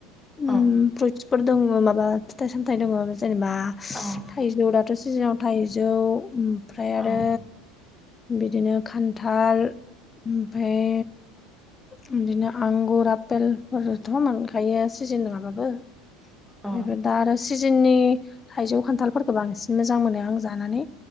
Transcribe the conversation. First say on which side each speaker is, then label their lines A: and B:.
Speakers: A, on the left; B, in the centre.
A: ओम
B: औ
A: फ्रुइटसफोर दङो माबा फिथाइ सामथाइ दङो जेनेबा
B: आ
A: थाइजौ दाथ' सिजोनाव थाइजौ ओमफ्राय आरो
B: औ
A: बिदिनो खान्थाल ओमफाय ओमदिनो आंगुर आपेलफोरथ' मोनखायो सिजेन नङाबाबो।
B: औ
A: बिबो दा आरो सिजोननि थाइजौ खान्थालफोरखौ बांसिन मोजां मोनो आं जानानै।